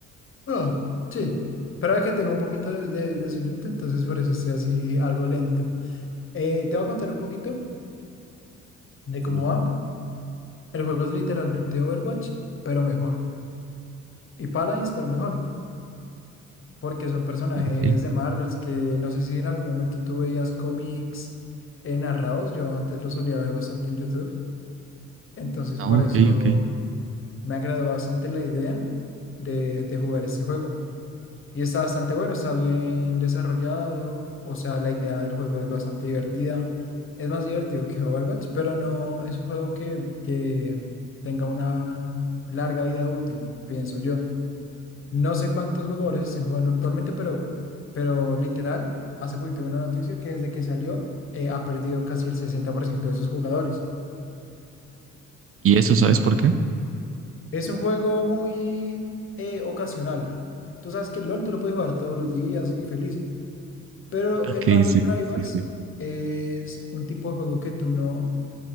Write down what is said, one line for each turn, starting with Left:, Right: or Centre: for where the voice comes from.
Left: Oh, sí. Pero es que tengo un poquito de, de, de sueñito, entonces por eso estoy así algo lento. Eh, te voy a contar un poquito de cómo
Right: Sí, por
Left: va.
Right: favor.
Left: El juego es literalmente Overwatch, pero mejor. Y Paladins, pero mejor. Porque son personajes
Right: Ok,
Left: de Marvels que no sé si en algún momento tú veías cómics eh, narrados. Yo antes los solía ver bastante en YouTube. Entonces
Right: ah,
Left: por
Right: ok,
Left: eso.
Right: ok.
Left: me agradó bastante la idea de, de jugar este juego. Y está bastante bueno, está bien desarrollado, o sea, la idea del juego es bastante divertida. Es más divertido que Overwatch, pero no es un juego que, que tenga una larga vida útil, pienso yo. No sé cuántos jugadores estén jugando actualmente, pero, pero literal, hace poquito vi una noticia que desde que salió eh, ha perdido casi el 60% de sus jugadores.
Right: ¿Y eso sabes por qué?
Left: Es un juego muy eh, ocasional. Tú sabes que el LOL tú lo puedes jugar todos los días y feliz, pero
Right: Ok,
Left: el Marvel
Right: sí,
Left: Rivals
Right: sí, sí.
Left: es un tipo de juego que tú no,